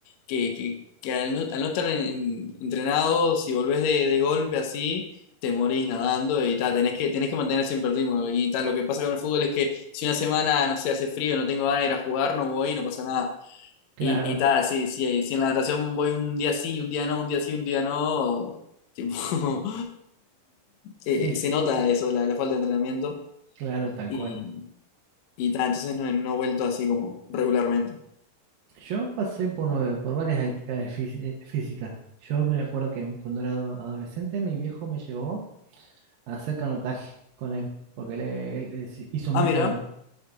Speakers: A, on the left; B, on the right.
A: que, que, que al no, al no estar en- en- entrenado, si volvés de, de golpe así, te morís nadando y ta, tenés que, tenés que mantener siempre el ritmo y tal, lo que pasa con el fútbol es que si una semana, no sé, hace frío, no tengo ganas de ir a jugar, no voy y no pasa nada
B: claro,
A: y, y tal, si, si, si en la natación voy un día sí, un día no, un día sí, un día no, tipo, <laughs>
B: sí,
A: eh, se nota
B: sí, sí.
A: eso, la, la falta de entrenamiento.
B: Claro, tal
A: Y,
B: cual.
A: y tal, entonces no, no he vuelto así como regularmente.
B: Yo pasé por, eh, por varias actividades fí- eh, físicas. Yo me acuerdo que cuando era ado- adolescente, mi viejo me llevó a hacer canotaje con él, porque él, eh, él, eh, sí- hizo mucha,
A: Ah, mira. <laughs>